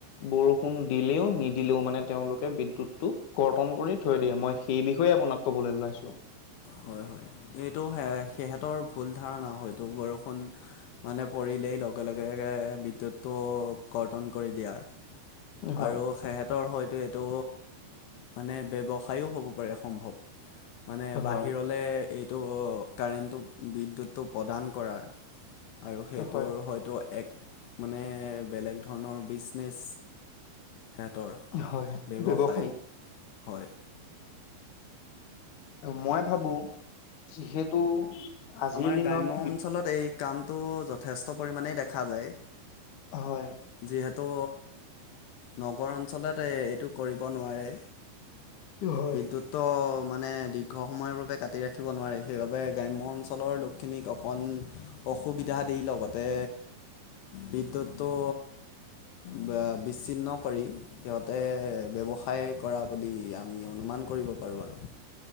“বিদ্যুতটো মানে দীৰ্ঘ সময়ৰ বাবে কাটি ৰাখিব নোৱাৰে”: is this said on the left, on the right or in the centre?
Left